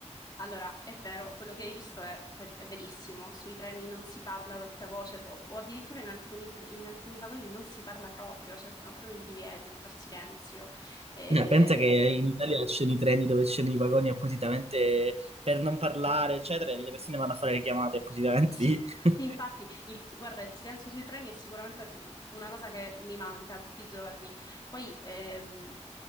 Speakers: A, on the left; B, on the right.
A: Allora, è vero, quello che hai visto è, pre- è verissimo. Sui treni non si parla ad alta voce o, o addirittura in alcuni, tre- in alcuni vagoni non si parla proprio, c'è proprio il divieto di far silenzio. Eh,
B: Eh, pensa che in Italia ci sono i treni dove ci sono i vagoni appositamente per non parlare, eccetera, e le persone vanno a fare le chiamate appositamente
A: Sì,
B: lì.
A: <laughs>
B: <laughs>
A: sì, infatti, il- guarda, il silenzio sui treni è sicuramente una cosa che mi manca tutti i giorni. Poi ehm,